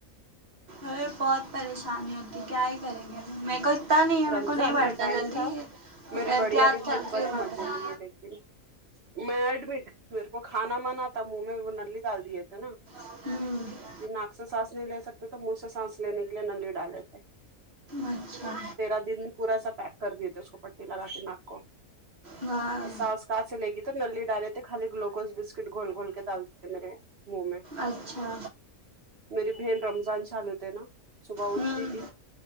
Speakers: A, on the right (about 30°); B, on the right (about 50°).
A: ارے بہت پریشانی ہوتی کیا ہی کریں گے میں کو نہیں ہے میرے
B: رمضان
A: کو نہیں بڑھتا
B: کا ٹائم
A: جلدی
B: تھا میری
A: احتیاط
B: بڑی والی
A: کرتی
B: بہن بڑے
A: ہوں میں
B: مزے
A: پہلے
B: لیے لیکن میں ایڈمٹ میرے کو کھانا منا تھا منہ میں نلی ڈال دیے تھے نا
A: ہوں
B: یہ ناک سے سانس نہیں لے سکتے تو منہ سے سانس لینے کے لیے نلی ڈالےتھے
A: اچھا
B: دن پورا سا پیک کر دیے تھے اس کو پٹی لگا کے ناک کو
A: وائے
B: سا سانس لگی تو نلی ڈالے تھے خالی گلوکوز بسکٹ گھول گھول کے ڈالتے تھے میرے منہ میں
A: اچھا
B: میری بہن رمضان چلو تھے نا صبح اٹتی
A: ہوں
B: تھی